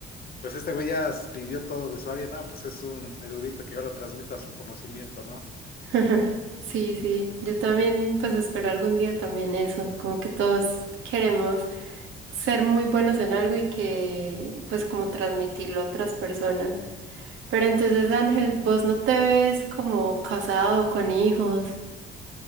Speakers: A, on the left (about 50°); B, on the right (about 80°).
A: pues este güey ya s- vivió todo de su área, no, pues es un edurito que ahora transmita su conocimiento, ¿no?
B: <laughs> Ajá. Sí, sí, yo también pues espero algún día también eso, como que todos queremos ser muy buenos en algo y que pues como transmitirlo a otras personas. Pero entonces Ángel, vos no te ves como casado con hijos,